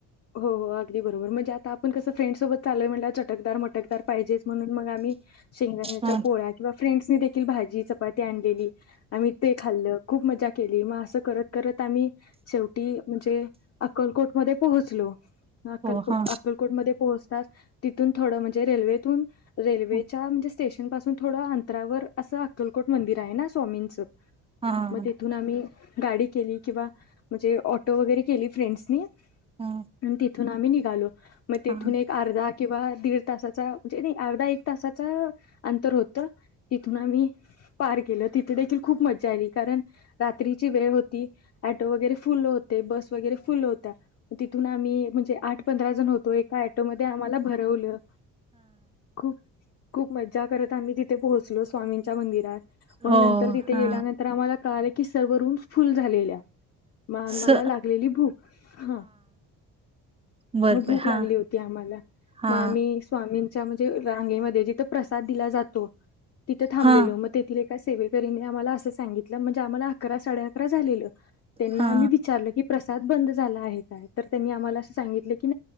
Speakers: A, on the left; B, on the right.
A: हो, हो अगदी बरोबर म्हणजे आता आपण कसं फ्रेंडसोबत चालोय म्हटल्यावर चटकदार मटकदार पाहिजेच. म्हणून मग आम्ही शेंगदाण्याच्या
B: ह
A: पोळ्या किंवा फ्रेंड्सने देखील भाजी चपाती आणलेली. आम्ही ते खाल्ल खूप मज्जा केली. मग असं करत करत आम्ही शेवटी म्हणजे अक्कलकोटमध्ये पोहचलो. अक्कलकोट
B: हो हा
A: अक्कलकोटमध्ये पोहोचताच तिथून थोडं म्हणजे रेल्वे तून रेल्वेच्या
B: हा
A: म्हणजे स्टेशन पासून थोडं अंतरावर असं अक्कलकोट मंदिर आहे ना स्वामींचं
B: हा
A: मग तेथून आम्ही गाडी केली किंवा, म्हणजे ऑटो वगैरे केली फ्रेंडसनी <inaudible>
B: हा
A: तिथून आम्ही निघालो. मग तेथून
B: हा
A: एक अर्धा किंवा, दीड तासाचं म्हणजे अर्धा एक तसा अंतर होत, तिथून आम्ही पार केल तिथे देखील खूप मज्जा आली कारण रात्रीची वेळ होती. फुलं होते बस वगैरे फुलं होत्या. तिथून आम्ही म्हणजे आठ पंधरा जण होतो, एका ऍटोमध्ये आम्हाला भरवलं, खूप खूप मज्जा करत आम्ही तिथे पोहोचलो स्वामींच्या मंदिरात. मग
B: हो
A: नंतर तिथे
B: हा
A: गेल्यानंतर आम्हा कळाले की सर्व रूम्स फुल झालेल्या. मला
B: स
A: लागलेली भूक हा.
B: बरोबर
A: मग भूक
B: हा
A: लागली होती आम्हाला
B: हा
A: मग आम्ही स्वामींच्या रांगेमध्ये जिथं प्रसाद दिला जातो. तिथं थांबलो
B: हा
A: म तेथे सेवेकरीनी आम्हाला असं सांगितलं म्हणजे आम्हाला अकरा साडे झालेलं त्यांना
B: हा
A: आम्ही विचारलं की प्रसाद बंद झाला आहे. त्यांनी आम्हाला सांगितलं की